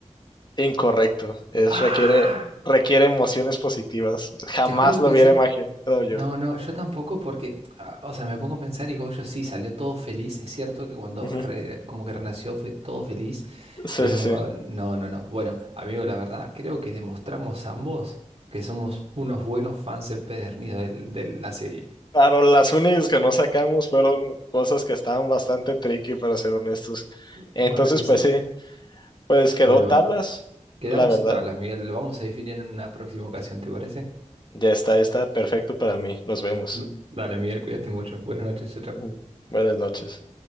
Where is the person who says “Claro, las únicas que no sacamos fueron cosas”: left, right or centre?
Left